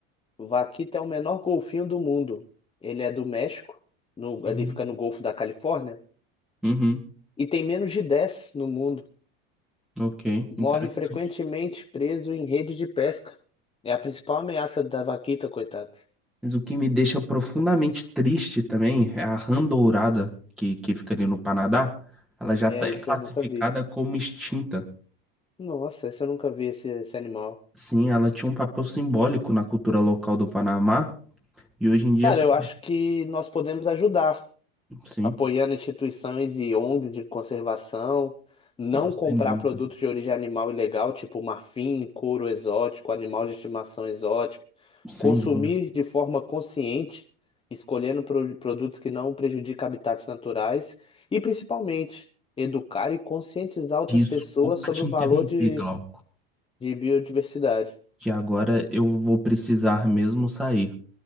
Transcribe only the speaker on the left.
Vaquita é o menor golfinho do mundo. Ele é do México, no-
ali fica no Golfo da Califórnia,
e tem menos de 10 no mundo.
Morre
frequentemente preso em rede de pesca. É a principal ameaça da vaquita, coitada.
É,
isso
eu nunca vi.
Nossa, isso eu nunca vi esse, esse animal.
Cara,
eu acho que nós podemos ajudar,
apoiando instituições e ONGs de conservação, não
comprar
produtos de origem animal ilegal, tipo marfim, couro exótico, animal de estimação exótico,
consumir
de forma consciente, escolhendo pro- produtos que não prejudicam habitats naturais e, principalmente, educar e conscientizar outras
pessoas sobre
o
valor de,
de biodiversidade.